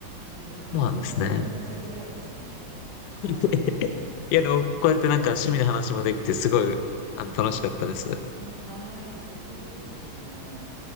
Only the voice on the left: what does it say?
そうなんですね。
<laughs>
いや、でも、こうやってなんか趣味の話もできて、すごい、あの、楽しかったです。